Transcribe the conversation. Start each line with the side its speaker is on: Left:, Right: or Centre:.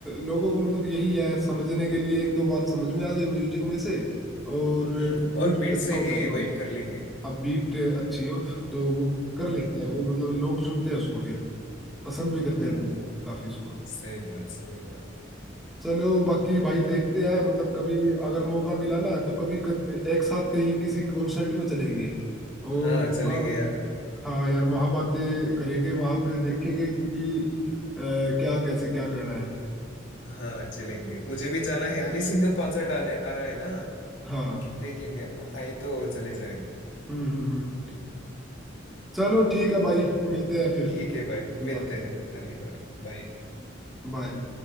Centre: लोगों को मतलब यही है समझने के लिए एक दो बात समझ में आ जाए म्यूजिक में से और
Left: हम्म
Centre: म्यूजिक
Left: और बीट से
Centre: अच्छा हो
Left: ही
Centre: बैकग्राउंड
Left: वाइब कर लेंगे
Centre: अब बीट अच्छी हो तो वो कर
Left: हम्म
Centre: लेते हैं वो मतलब लोग सुनते हैं उसको फिर पसंद भी करते
Left: हाँ
Centre: हैं लोग
Left: वो
Centre: काफी उसको
Left: सही बात सही बात
Centre: चलो बाकी भाई देखते हैं मतलब कभी अगर मौका मिला ना तो कभी कत- एक साथ कहीं किसी कॉन्सर्ट में चलेंगे और
Left: हाँ
Centre: वहाँ
Left: चलेंगे यार
Centre: हाँ यार वहाँ बातें करेंगे वहाँ पे देखेंगे कि कि, अ, क्या कैसे क्या करना है
Left: हाँ चलेंगे मुझे भी जाना है हनी सिंह का कॉन्सर्ट आने आ रहा है ना
Centre: हाँ
Left: देखेंगे आए तो चले जाएंगे
Centre: हम्म हम्म हम्म चलो ठीक है भाई मिलते हैं फिर
Left: ठीक है भाई
Centre: बात
Left: मिलते
Centre: करते
Left: हैं
Centre: हैं
Left: अगली बार बाय
Centre: बाय